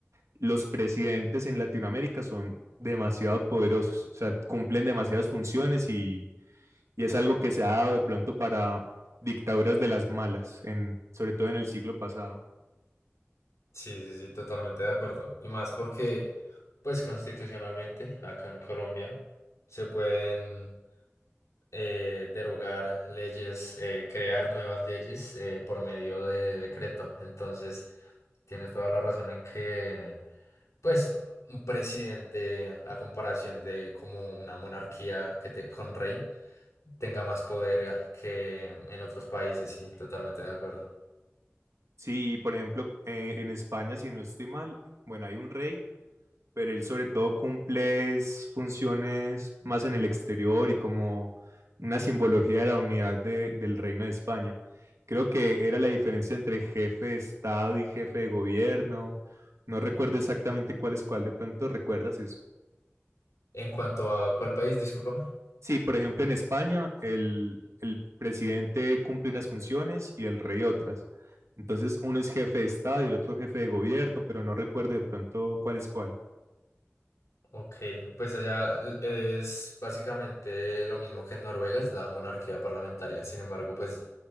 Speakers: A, on the right (about 80°); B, on the left (about 85°).
A: los presidentes en Latinoamérica son demasiado poderosos, o sea, cumplen demasiadas funciones Y es algo que se ha dado de pronto para dictaduras de las malas, en, sobre todo en el siglo pasado.
B: Sí, sí, sí, totalmente de acuerdo. Y más porque, pues constitucionalmente, acá en Colombia, se pueden eh, derogar leyes, eh, crear nuevas leyes eh, por medio de decreto. Entonces, tienes toda la razón en que, pues, un presidente, a comparación de como una monarquía que te, con rey, tenga más poder que en otros países. Sí, totalmente de acuerdo.
A: Sí, por ejemplo, eh, en España, si no estoy mal, bueno, hay un rey, pero él sobre todo cumple es funciones más en el exterior y como una simbología de la unidad de- del reino de España. Creo que era la diferencia entre jefe de Estado y jefe de gobierno. No recuerdo exactamente cuál es cuál, de pronto recuerdas eso.
B: En cuanto a cuál país, discúlpame.
A: Sí, por ejemplo, en España el, el presidente cumple unas funciones y el rey otras. Entonces, uno es jefe de Estado y el otro jefe de gobierno, pero no recuerdo de pronto cuál es cuál.
B: Ok, pues allá eh, es básicamente lo mismo que en Noruega, es la monarquía parlamentaria. Sin embargo, pues